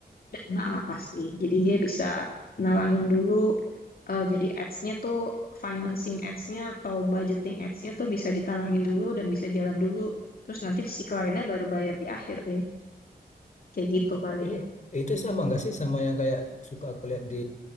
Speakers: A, on the left; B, on the left.
A: dana lah pasti. Jadi dia bisa nalangin dulu, eh, jadi ads-nya tuh financing ads-nya atau budgeting ads-nya tuh bisa ditalangin dulu dan bisa jalan dulu. Terus nanti si kliennya baru bayar di akhir deh, kayak gitu paling.
B: ini itu sama nggak sih sama yang kayak suka aku lihat di